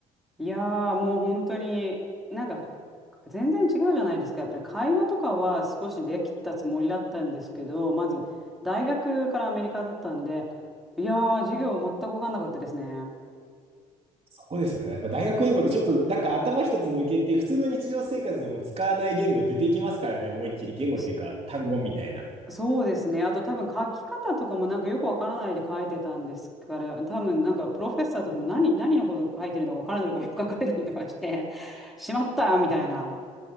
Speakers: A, in the centre; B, on the right.
A: いやー、もう本当に、なんか、全然違うじゃないですか。やっぱり会話とかは少しできたつもりだったんですけど、まず、大学からアメリカだったんで、いやー、授業全く分かんなかったですね。
B: そうですよね。やっぱ大学英語でちょっとなんか頭一つ抜けて、普通の日常生活でも使わない言語出てきますからね、思いっきり言語っていうか単語みたいな。
A: そそうですね。あと多分書き方とかもなんかよくわからないで書いてたんですから、多分なんかプロフェッサーとかも何、何のことを書いてるのかわからないとかよく書かれたりとかして、<laughs> しまったみたいな。